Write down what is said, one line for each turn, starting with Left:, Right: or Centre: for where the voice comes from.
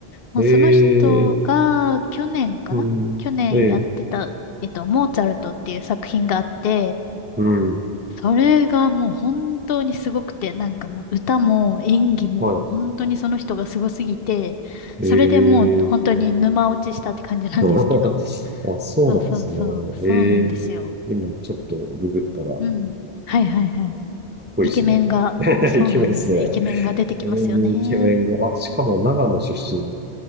Left: もうその人が去年かな去年やってた、
Right: い。ええ。うん。ええ。
Left: えっと、モーツァルトっていう作品があって、
Right: うん。
Left: それがもう本当にすごくて、なんかもう歌も演技も本当にその人がすごすぎて、
Right: はい。え
Left: それでもう本当に沼落ちしたって感じなんですけど。
Right: え。<laughs> あ、そうなんですね。
Left: そうそうそう、そうなんですよ。
Right: ええ。今、ちょっとググったら、あ、
Left: うん。
Right: か
Left: はいはいはい。
Right: っこいいですね。
Left: イケメンが、
Right: <laughs>
Left: そうなんですよ。
Right: イケメンですね。
Left: イケメンが出てきますよね。
Right: ええイケメンが、あ、しかも長野出身